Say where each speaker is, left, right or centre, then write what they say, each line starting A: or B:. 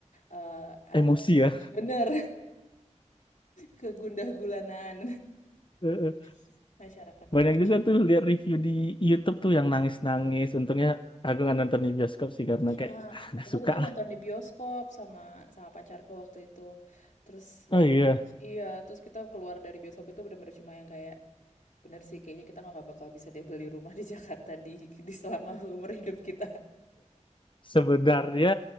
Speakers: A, on the left (about 90°); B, on the left (about 40°).
A: eh eh,
B: emosi ya
A: bener <laughs> kegundah gulanaan
B: Heeh.
A: <laughs> masyarakat pada
B: banyak juga tuh lihat review di YouTube tuh yang nangis-nangis untungnya aku nggak nonton di bioskop sih karena
A: Nah,
B: kayak ah, nggak
A: aku waktu
B: suka
A: itu
B: lah
A: nonton di bioskop sama sama pacarku waktu itu. Terus
B: oh
A: kita
B: iya
A: iya, terus kita keluar dari bioskop itu benar-benar cuma yang kayak bener sih kayaknya kita nggak bakal bisa deh beli rumah di <laughs> Jakarta di di selama umur hidup kita.
B: sebenarnya